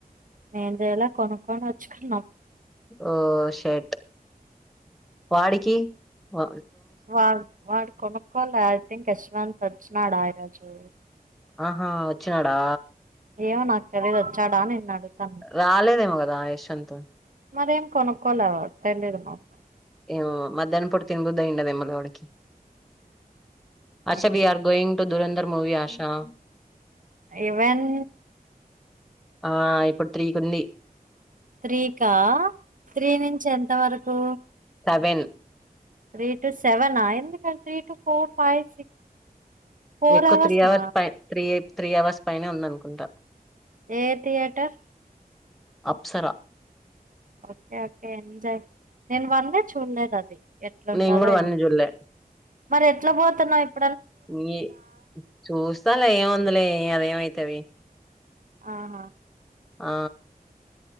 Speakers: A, on the right (about 55°); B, in the centre.
A: నేన్ చేయలె కొనుక్కని తెచ్చుకున్నాం
B: ఓ షెట్ వాడికి వ
A: వాడు వాడు కొనుక్కోలె ఐథింక్ యస్వంత్ తెచ్చినాడు ఆయరాజు
B: ఆహా వచాడా
A: ఏమో నాకు తెలియదు వచ్చాడా అని నిన్ను అడుగుతున్న
B: రాలేదేమో కదా యశ్వంత్
A: మరి కొనుక్కోలే కొనాడు మాకు
B: ఏ మధ్యాహ్నం పూట తినబుద్ధి అయ్యిందెమో వాడికి
A: మేబీ
B: అసలు వాడు going to Dhurandhar movie Asha
A: even
B: ఆ ఇప్పుడు త్రీకుంది
A: త్రీకా త్రీ నుంచి ఎంత వరకు
B: వెన్
A: త్రీ టు సెవనా ఎందుక అటు ఇట్టు ఫోర్ ఫైవ్ సిక్స్ ఫోర్
B: ఎక్కువ
A: అవర్సా
B: త్రీ అవర్స్ పై త్రీ త్రి అవర్స్ పైనే ఉందనుకుంటా
A: ఏ theatre
B: Apsara
A: okay okay enjoy నేను వన్ ది చూడలేదు అది ఎట్లుంటాదో
B: నేను కూడా వన్
A: ఏమో
B: చూడలే
A: మరి ఎట్లా పోతున్నావ్ ఇప్పుడు
B: ఈ చూస్తాలే ఏముందిలే అదేమైతది
A: ఆహా
B: ఆ